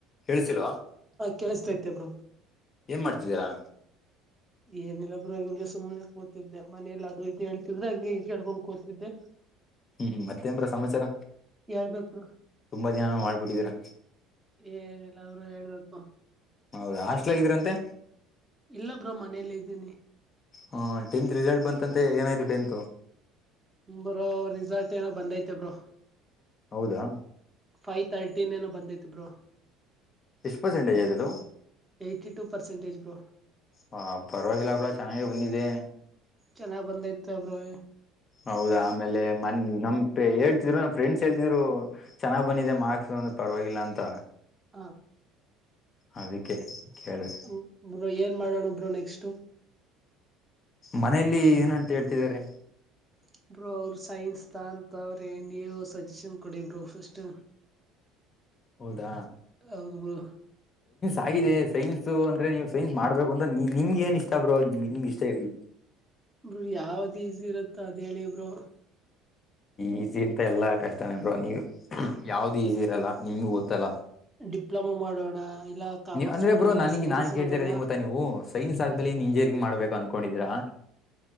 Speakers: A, on the left (about 40°); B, on the right (about 15°).
A: ಕಣಸಲ್ವಾ
B: ಹ ಕೇಳಿಸತೈತೆಬ್್ರರು
A: ಏನ್ ಮಾಡ್ತಿದ್ದೀರಾ
B: ಏನಿಲ್ಲಬ್ರು ಹಿಂಗೆ ಸುಮ್ಮ್ನೆ ಕೂತಿದ್ದೆ ಮನೇಲಿ ಅದು ಇ ಹೇಳ್ತಿದ್ರ ಹಂಗಗೆ ಇದ ಹೇಳ್ಕೊಂಡ್ ಕೂತಿದ್ದೆ
A: ಹ್ಮ್ ಮತ್ತೇಂದ್ರ ಸಮಾಚಾರ
B: ಹೇಳ್ಬೇಕು
A: ತುಂಬಾ ದಿನಾನ ಮಾಡ್ಬಿಟ್ಟಿದೀರ
B: ಏನಲ್ಲ ಅವರು ಹೇಳ್ಬೇಕು
A: ಹೌದಾ ಹಾಸ್ಲ ಇದ್ರಂತೆ
B: ಇಲ್ಲ ಬ್ರೋ ಮನೇಲ್ಲ ಇದ್ದೀನಿ
A: ಹ ಟೆಂತ್ ರಿಸಲ್ಟ್ ಬಂತಂತೆ ಏನಾಯ್ತು ಟೆಂತ್
B: ಬ್ರೋ ಏನೋ ಬಂದೈತೆ ಬೋ
A: ಹೌದಾ
B: ಫೈವ್ ತರ್ಟಿ ಏನೋ ಬಂದೈತೆ ಬ್ರೊಂ
A: ಇಶಪ ಜಂಡೆದದು
B: ಏ್ಟಿ ಟು ಪರ್ಸೆಂಟೇಜ್ ಬೋ
A: ಹ ಪರವಾಗಿಲ್ಲ ಅವ್ರ ಚೆನ್ನಾಗೆ ಬಂದಿದೆೆ
B: ಚೆನ್ನಾಗ್ ಬಂದೈತಬ್ರ
A: ಹೌದಾ ಆಮೇಲೆ ಮ ನಮ್ ಹೇಳ್ತಿದ್ರು ನಮ್ ಫ್ರೆಂಡ್ಸ್ ಹೇಳ್ತಿದ್ರು ಚೆನ್ನಾಗ್ ಬಂದಿದೆ ಮಾರ್ಕ್ಸ್ ಪರವಾಗಿಲ್ಲ ಅಂತ
B: ಹ
A: ಅದಕ್ಕೆ ಕೇಳಿದೆ
B: ಹ ಒಬ್ರು ಏನ್ ಮಾಡೋಣೊಬ್ರು ನೆಕ್ಸ್ಟ್
A: ಮನೇೆಯಲ್ಲಿ ಏನಂತ ಹೇಳ್ತಿದ್ದಾರೆ
B: ಹ ಬ್ರೋ ಅವ್ರ ಸೈನ್ಸ್ ತ ಅಂತವ್ರೆ ನೀವು ಸಜೆಷನ್ ಕೊಡಿ ಬರು ಫಸ್ಟ್
A: ಹೌದಾೈ
B: ಹೌದು ಬ್ರೋ
A: ಾಗಿದೆ ಸೈನ್ಸ್ ಅಂದ್ರೆ ನೀವು ಸೈನ್ಸ್ ಮಾಡ್ಬೇಕು ಅಂತ ನಿಮ್ಗೆ ಏನ್ ಇಷ್ಟ ಬ್ರೋ ನಿಮ್ಗೆ ಇಷ್ಟ ಹೇಳ
B: ಬ್ರರು ಯಾವ್ದ ಈಜಿ ಇರುತ್ತ ಅದ ಹೇಳಿ ಬರು
A: ಈಸಿ ಅಂತ ಎಲ್ಲಾ ಕಷ್ಟ ನ ಬ್ರ ನೀವ್ ಯಾವ್ದು ಈಸಿ ಇರಲ್ಲ ನಿಮಗ ಗೊತ್ತಲ್ಲ
B: ಡಿಪ್ಲೊಮಾ ಮಾಡೋಣ ಇಲ್ಲ ಕಾಮರ್ಸ್
A: ಅ್ರೆಬ್್ರೋ
B: ಮಾಡೋಣ
A: ನನಗ
B: ಸೈನ್ಸ್
A: ನಾನ್ ಕೇಳ್ತಿರದ
B: ಮಾಡೋಣ
A: ಹೆಂಗ ಗೊಾ ನೀವು ಸೈನ್ಸ್ ಆದ್ಮೇನ್ ಇಂಜಿನಿಯರಿಂಗ್ ಮಾಡ್ಬೇಕು ಅನ್ಕೊಂಡಿದರಾ